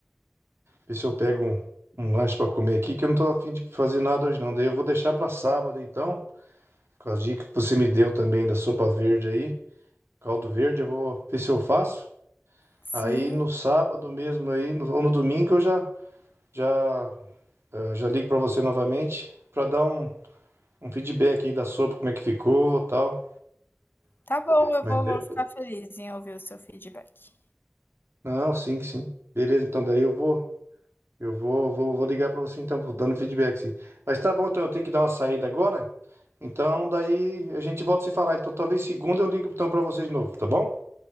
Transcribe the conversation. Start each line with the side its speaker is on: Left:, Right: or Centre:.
Right: ver se eu pego um, um lanche pra comer aqui, que eu não tô afim de fazer nada hoje não, daí eu vou deixar pra sábado então, com as dicas que você me deu também da sopa verde aí, Caldo verde, eu vou ver se eu faço.
Left: Sim,
Right: Aí no sábado mesmo aí, no- ou no domingo eu já já eh, já ligo para você novamente para dar um, um feedback aí da sopa, como é que ficou, tal.
Left: tá bom, eu
Right: Mas
Left: vou,
Right: daí-
Left: vou ficar feliz em ouvir o seu feedback.
Right: não, sim, sim. Beleza, então daí eu vou eu vou vou, vou ligar para você então, vou dando feedback sim. Mas tá bom, então eu tenho que dar uma saída agora. Então daí a gente volta a se falar. Então talvez segunda eu ligo então para você de novo, tá bom?